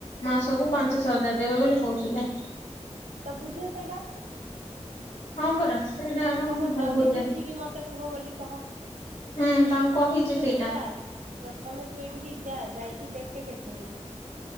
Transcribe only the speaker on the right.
ହଁ
ତ ବୁଝ ସେଇଟା।
କହ
ଜଲଦି ବୁଝିକି ମୋତେ କୁହ ବୋଲି। କହ।
ତୁ
ଯା ପ୍ରଥମେ ତୁ ଏଇଠିକି ଯା ଯାଇ କି ଦେଖେ କେଦିନି।